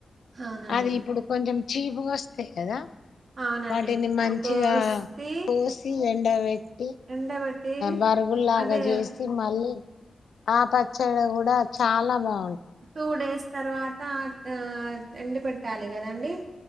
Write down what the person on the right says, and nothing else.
అవునండి
అవునండి
అది కోసి
ఎండబెట్టి
అదే
టూ డేస్ తర్వాత త ఎండి పెట్టాలి కదండి